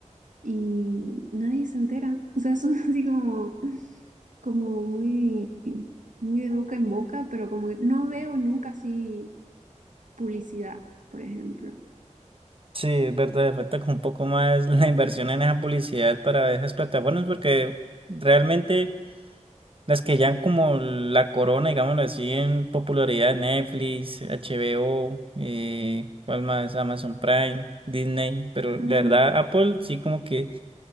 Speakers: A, on the right; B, on the right.
A: y nadie se entera. O sea, son <laughs> así como, como muy, muy de boca en boca, pero como que no veo nunca así publicidad, por ejemplo.
B: Sí, es verdad, le falta como un poco más <laughs> la inversión en esa publicidad para esas plataformas, porque realmente las que ya han como la corona, digámoslo así, en popularidad, Netflix, HBO, eh, ¿cuál más? Amazon Prime, Disney, pero
A: Ujú,
B: la verdad Apple sí como que...